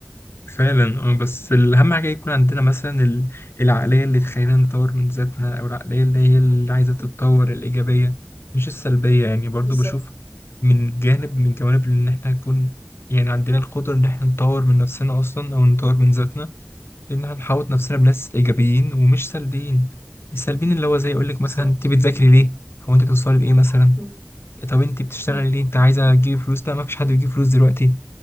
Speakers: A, on the left; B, on the right.
A: فعلا اه بس الأهم حاجة يكون عندنا مثلا ال- العقلية اللي تخلينا نطور من ذاتنا أو العقلية اللي هي اللي عايزة تتطور
B: مم.
A: الإيجابية مش السلبية يعني برضه
B: بالظبط
A: بشوف من جانب من جوانب إن إحنا نكون يعني عندنا القدرة إن إحنا نطور من نفسنا أصلا أو نطور من ذاتنا إن إحنا نحوط نفسنا بناس إيجابيين ومش سلبيين السلبيين اللي هو زي يقولك
B: بالظبط
A: مثلا أنت بتذاكري ليه؟ هو أنت بتوصلي لإيه مثلا؟
B: مم.
A: طب أنت بتشتغلي
B: مم.
A: ليه؟ أنت عايزة تجيبي فلوس؟ لا مفيش حد بيجيب فلوس دلوقتي